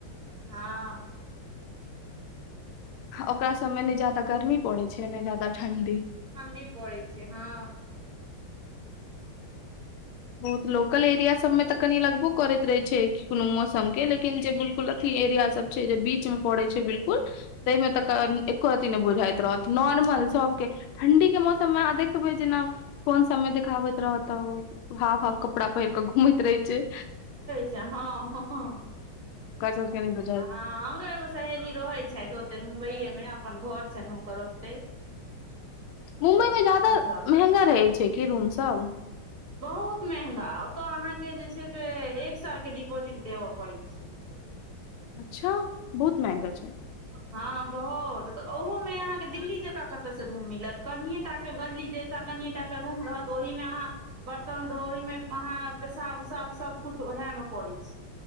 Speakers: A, on the right; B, on the left.
A: हँ।
B: ओकरा सबमे नैय ज्यादा गर्मी पड़ै छै नैय ज्यादा ठंडी।
A: ठण्डी पड़ै छै हँ।
B: बहुत लोकल एरिया सबमें तऽ कनि लगबो करैत रहै छै की कुनो मौसम के लेकिन जे बिल्कुल अथी एरिया सब छै जे बीच में पड़ै छै बिल्कुल तय में
A: हूं
B: तऽ क अन एक्को र त्ती नैय बुझाइत रहत नॉर्मल सबके ठण्डी के मौसममे अहाँ देखबै जेना फोन सबमे देखाबैत रहत तऽ हाफ-हाफ कपड़ा पहिर कऽ घूमैत रहै छै।
A: चै हँ हँ हँ
B: क सबके नय
A: हँ हमरो एगो सहेली रहै छथि ओतय मुम्बइए मे अपन घर छइन हुनकर ओत्ते
B: मुम्बई मे जादा
A: सब
B: महंगा रहै छै कि रूम सब
A: बहुत महंगा ओतऽ अहाँके जे छै से एक साल के डिपोजिट देबऽ पड़ै छै
B: अच्छा बहुत महंगा छय
A: हँ बहुत ओहोमे अहाँके दिल्ली जकाँ क रूम मिलत कनिय टा के गली जैसा कनियटा के रूम रहत ओहिमे अहाँ बर्तन धो ओहिमे अहाँ पेशाब उसाब सबकुछ उएहमे करै छी